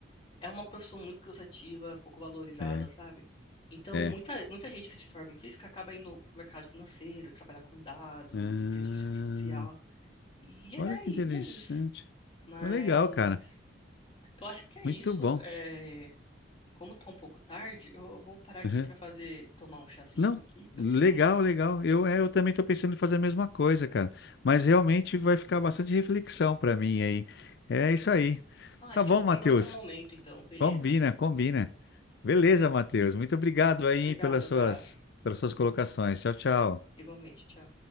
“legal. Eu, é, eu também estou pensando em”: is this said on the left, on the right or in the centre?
Left